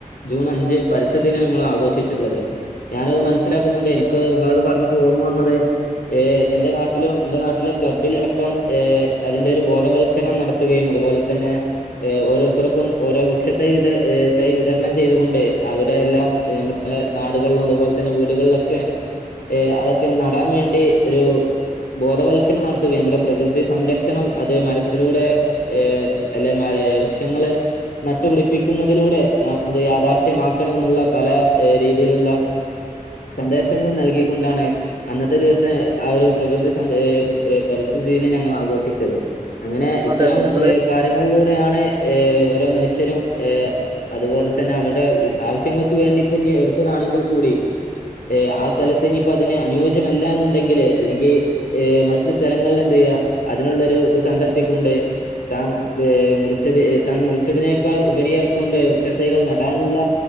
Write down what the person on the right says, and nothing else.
അതെ അതെ നമ്മള്